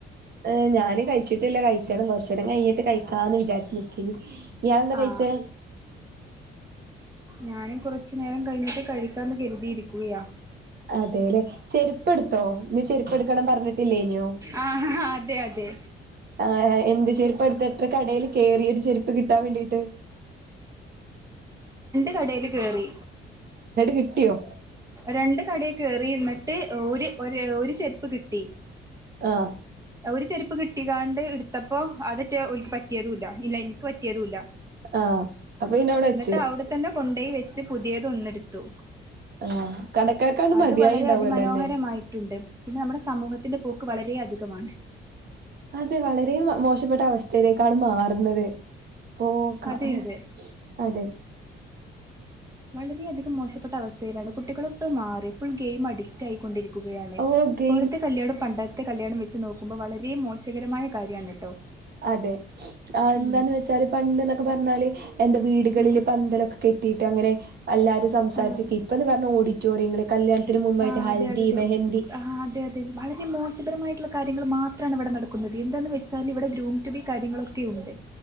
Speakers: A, on the right; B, on the right.
A: ഏ ഞാനും കഴിച്ചിട്ടില്ല കഴിച്ചണം കുറച്ച് ഒക്കെ കഴിഞ്ഞിട്ട് കഴിക്കാന്ന് വിചാരിച്ച് നികെന്. ഇയാൾ എന്താ
B: ആ
A: കഴിച്ചെ?
B: ഞാനും കുറച്ചു നേരം കഴിഞ്ഞിട്ട് കഴിക്കാന്ന് കരുതിയിരിക്കയാ.
A: അതെല്ലെ ചെരുപ്പ് എടുത്തോ നീ ചെരുപ്പ് എടുക്കണം പറഞ്ഞിട്ടില്ലേനോ?
B: ആ അതെ അതെ
A: ആ എന്ത് ചെരിപ്പയെടുത്തെ എത്ര കടയിൽ കേറിഒരു ചെരുപ്പ്. പ്പ് കിട്ടാൻ വേണ്ടിട്ട്?
B: കടയിൽ കേയറി.
A: കിട്ടിയോ
B: രണ്ട് കടയിൽ കേറി ഇന്നിട്ട് ഒരു ഒരു ചെരുപ്പ് കിട്ടി.
A: ആഹ്
B: ഒരു ചെരുപ്പ് കിട്ടിക്കാണ്ട് ഇടുത്തപ്പോ അതറ്റെ ഓൽക്ക് പറ്റിയതൂല്ല ഇല്ല എനിക്ക് പറ്റിയതൂല്ല.
A: ആ അപ്പൊ പിന്നെ അവിടെ
B: എന്നിട്ട്
A: വെച്ച്
B: അവിടെ തന്നെ കൊണ്ടോയി വെച്ച് പുതിയത് ഒന്നെടുത്തു.
A: ആ കടക്കാർക്കാണ്ട്
B: അത്
A: മതിയായിണ്ടാവല്ലോ
B: വളരെ അതിമനോഹരമായിട്ടുണ്ട്
A: അന്നെ
B: പിന്നെ നമ്മുടെ സമൂഹത്തിന്റെ പോക്ക് വളരെ അധിക കംമാണ്.
A: അതെ വളരെ മോ മോശപ്പെട്ട അവസ്ഥയിലേക്കാണ് മാറുന്നത്. പോക്ക
B: അതെ
A: ഹെ
B: അതെ
A: അതെ.
B: വളരെയധികം മോശപ്പെട്ട അവസ്ഥയിലാണ് കുട്ടികൾ ഇപ്പം മാറി ഫുൾഗെയിം അഡിക്ട് ആയിക്കൊണ്ടിരിക്കു കയാണ്
A: ഓ
B: ഇപ്പോഴത്തെ
A: ഗെയിം
B: കല്ല്യാണം പണ്ടത്തെ കല്ല്യാണം വെച്ച് നോക്കുമ്പോൾ വളരെ മോശകരമായ കാര്യമാണ് കേട്ടോ.
A: അതെ ആ എന്താന്ന്
B: ഉം
A: വെച്ചാല് പണ്ട് ന്നൊക്കെ പറഞ്ഞാല് വീടുകളില്
B: ഉം
A: പന്തലൊക്കെ കെട്ടി. അങ്ങനെ എല്ലാവരും സംസാരിച്ച്ക്ക്
B: ഉം
A: ഇപ്പം എന്ന് പറഞ്ഞ ഓഡിറ്റോറിയങ്ങള്. കല്യാണത്തിന് മുമ്പായിട്ട്
B: ആ
A: ഹൽദി
B: അതെ അതെതെ
A: മെഹന്തി
B: ആ അതെതെ വളരെ മോശപരമായിട്ടുള്ള കാര്യങ്ങൾ മാത്ര ത്രം മാണ് ഇവിടെ നടക്കുന്നത് എന്താന്ന് വച്ചാൽ ഇവിടഗ്രൂറ്റൂബികാര്യങ്ങളൊക്കെ ഉണ്ട്.